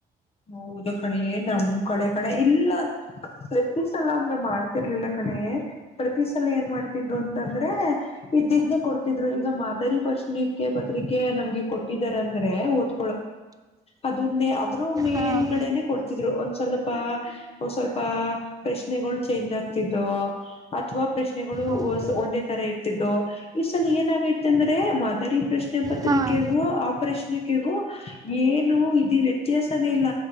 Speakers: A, on the left; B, on the right.
A: ಹೌದಣಿ ನಮ್ ಕಡೆ ಕಣ ಇಲ್ಲ ಪ್ರತಿ ಸಲ ಹಂ ಮಾಡ್ತಿರ್ಲಿಲ್ಲ ಕಣೇ ಪ್ರತಿ ಸಲ ಏನ್ ಮಾಡ್ತಿದ್ರು ಅಂತಂದ್ರೆ ಇದಿದ್ನ ಕೊಡ್ತಿದ್ರು ಈಗ ಮಾದರಿ ಪ್ರಶ್ನ ಪತ್ರಿಕೆ ಟ್ಟಂದ್ರೆ ಓದ್ ಅ ಮೇಲ್ಗಡೆನೆ
B: ಹಾಂ
A: ಕೊಡ್ತಿದ್ರು ಒ ಸ್ವಲ್ಪ ಸ್ವಲ್ಪ ಪ್ರಶ್ನೆಗಳು ಚೇಂಜ್ ಆಗ್ತಿದ್ದೋ ಅಥವಾ ಪ್ರಶ್ನೆಗಳು
B: ಹೌದು
A: ಒಂದೇ ತರ ಇರ್ತಿದ್ದೋ ಈ ಸಲ ಏನಾಗೈತಿ ಅಂದ್ರೆ ಮಾದರಿ ಪ್ರಶ್ನೆ ಪ್ರ ಪತ್ರಿಕೆಗೂ
B: ಹಾಂ
A: ಆಪರೇಷನಗೂ ಏನು ಇ ವ್ಯ ವ್ಯತ್ಯಾಸನ ಇಲ್ಲ